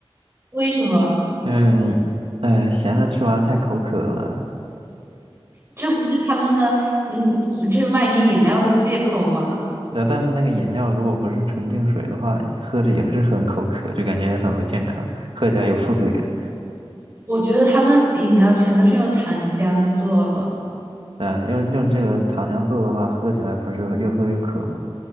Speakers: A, on the right (about 25°); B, on the right (about 65°).
A: 为什么？
B: 嗯，哎，咸的吃完太口渴了。
A: 这不是他们的，嗯，就是卖你饮料的借口吗？
B: 那但是那个饮料如果不是纯净水的话，喝着也是很口渴，就感觉很不健康，喝起来有负罪感。
A: 我觉得他们饮料全都是用糖浆做的，
B: 嗯，用用这个糖浆做的话，喝起来不是越喝越渴吗？